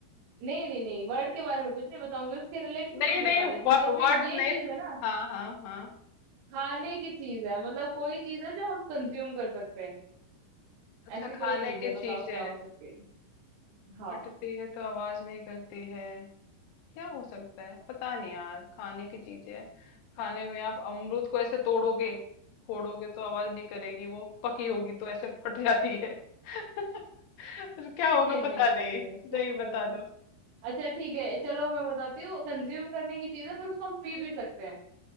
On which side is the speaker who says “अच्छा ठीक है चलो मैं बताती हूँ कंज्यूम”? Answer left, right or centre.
Right